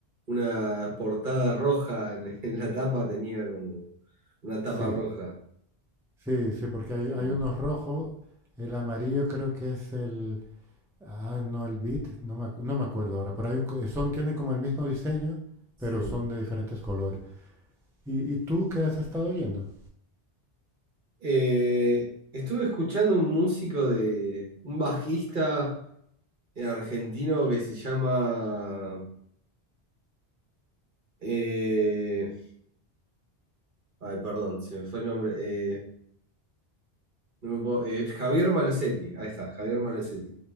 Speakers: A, on the right; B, in the centre.
A: una portada roja en, <laughs> en la tapa, tenía como una tapa
B: sí.
A: roja.
B: Sí, sí, porque hay, hay
A: Sí,
B: unos rojos, el amarillo creo que es el Ah, no, el Beat, no me, acu- no me acuerdo ahora, pero hay un co- son, tienen como el mismo diseño,
A: sí.
B: pero son de diferentes colores. ¿Y, y tú qué has estado oyendo?
A: Eh, estuve escuchando un músico de un bajista eh, argentino que se llama. eh, ay, perdón, se me fue el nombre. eh, no me puedo- eh, Javier Malosetti. Ahí está, Javier Malosetti.